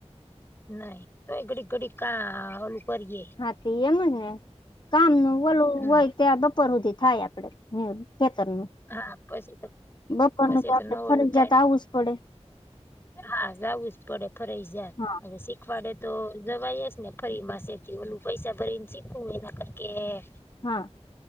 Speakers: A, on the left; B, on the left.
A: નાહી તો ઘડી ઘડી કા ઓલું કરીયે.
B: હાથી એમજ ને કામ ન વલું
A: હમ
B: હોય. ત્યાં બપોર સુધી થાય આપડે ખેતર નું.
A: હા પછી તો
B: બપોરનું
A: પછી
B: તો આપડે
A: ન
B: ફરજિયાત
A: ઓલું થાય
B: આવું જ પડે.
A: હા જવું જ પડે ફરજિયાત.
B: હા
A: પખવાડે તો જવાઈેસ ને ફરી માસેથી ઓલું પૈસા ભરી ને શીખવું એના કર
B: હા.